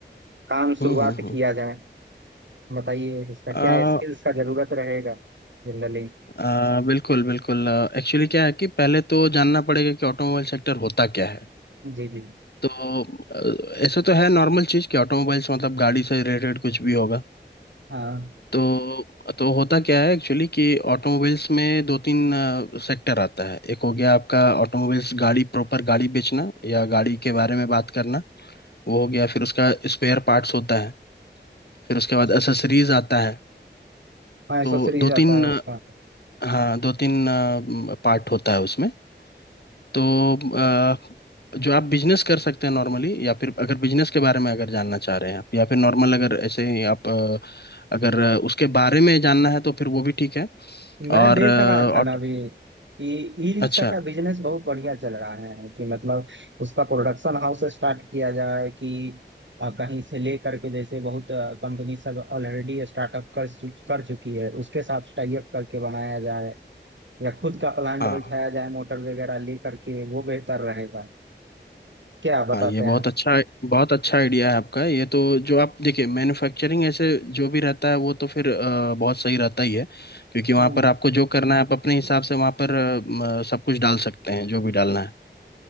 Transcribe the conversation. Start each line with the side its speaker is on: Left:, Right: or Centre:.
Right: काम
Left: हम्म
Right: शुरुआत
Left: हम्म हम्म
Right: किया जाए बताइए इसका क्या
Left: आ,
Right: स्किल्स का जरूरत रहेगा जनरली
Left: आ, बिल्कुल बिल्कुल एक्चुअली क्या है कि पहले तो जानना पड़ेगा कि ऑटोमोबाइल सेक्टर होता क्या है
Right: जी जी
Left: तो अ, ऐसा तो है नॉर्मल चीज़ कि ऑटोमोबाइल्स मतलब गाड़ी से रिलेटेड कुछ भी होगा
Right: हाँ
Left: तो तो होता क्या है एक्चुअली कि ऑटोमोबाइल्स में दो तीन सेक्टर आता है एक हो गया आपका ऑटोमोबाइल्स गाड़ी प्रॉपर गाड़ी बेचना या गाड़ी के बारे में बात करना वो हो गया फिर उसका स्पेयर पार्ट्स होता है फिर उसके
Right: अच्छा
Left: बाद एसेसरीज आता है
Right: हाँ एसेसरीज
Left: तो दो
Right: आता
Left: तीन
Right: है उसका
Left: हाँ दो तीन पार्ट होता है उसमें तो अ, जो आप बिजनेस कर सकते हैं नॉर्मली या फिर अगर बिजनेस के बारे में अगर जानना चाह रहे हैं आप या फिर नॉर्मल अगर ऐसे ही आप अ, अगर उसके बारे में जानना है तो फिर वो भी ठीक है
Right: मैं
Left: और
Right: देख
Left: अ,
Right: रहा था
Left: और-
Right: ना अभी ई ई रिक्शा
Left: अच्छा
Right: का बिजनेस बहुत बढ़िया चल रहा है कि मतलब उसका प्रोडक्शन हाउस स्टार्ट किया जाए कि अ, कहीं से ले करके जैसे बहुत कंपनी सब ऑलरेडी स्टार्टअप कर चु- कर चुकी है उसके साथ टाई अप करके बनाया जाए या खुद का प्लांट
Left: हाँ
Right: बैठाया जाए मोटर वगैरह ले करके वो बेहतर रहेगा क्या बताते
Left: हाँ ये बहुत
Right: हैं आप
Left: अच्छा बहुत अच्छा आइडिया है आपका ये तो जो आप देखिए मैन्युफैक्चरिंग ऐसे जो भी रहता है वो तो फिर अ, बहुत सही रहता ही है क्योंकि वहाँ
Right: हम्म
Left: पर आपको जो करना है आप अपने हिसाब
Right: हाँ
Left: से वहाँ पर अ, म, सब कुछ डाल सकते हैं जो भी डालना है